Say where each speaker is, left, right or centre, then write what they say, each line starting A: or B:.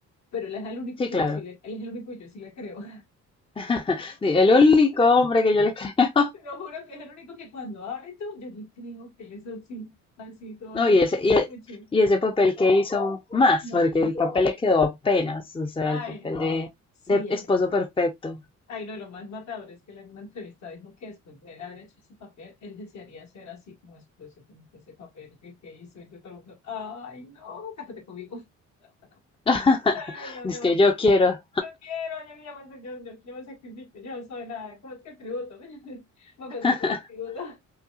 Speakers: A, on the left; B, on the left.
A: pero él es el único
B: sí,
A: que
B: claro.
A: yo sí le, él es el único que yo sí le creo. <laughs>
B: <laughs> El único
A: Pero
B: hombre que yo le <laughs> creo.
A: te lo juro que es el único que cuando habla y todo, yo le creo que él es así, así todo
B: No,
A: le
B: y ese, y, e-
A: escuche.
B: y ese papel que hizo más,
A: No,
B: porque el papel le quedó apenas, o sea,
A: Ay,
B: el papel
A: no.
B: de,
A: Sí,
B: de
A: ese.
B: esposo perfecto.
A: Ay, no, y lo más matador es que él en una entrevista dijo que después de él haber hecho ese papel, él desearía ser así como después de ese papel que, que hizo. Y yo todo el mundo, ay, no, cásate conmigo. No, no.
B: <laughs>
A: Ay, no,
B: Es
A: no,
B: que yo quiero.
A: yo quiero, yo, yo, me, yo, yo, yo me sacrifico, yo no soy nada, ¿cómo es que tributo? <laughs> Me ofrezco
B: <laughs>
A: como tributo.